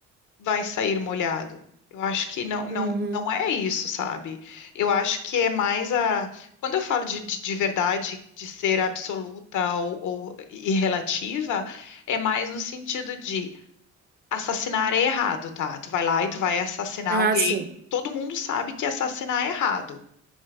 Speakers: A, on the left (about 75°); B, on the right (about 35°).
A: vai sair molhado. Eu acho que não, não,
B: uhum.
A: não é isso, sabe? Eu acho que é mais a. Quando eu falo de, de, de verdade, de ser absoluta ou, ou e relativa, é mais no sentido de assassinar é errado, tá? Tu vai lá e tu vai assassinar
B: Ah,
A: alguém,
B: sim.
A: todo mundo sabe que assassinar é errado.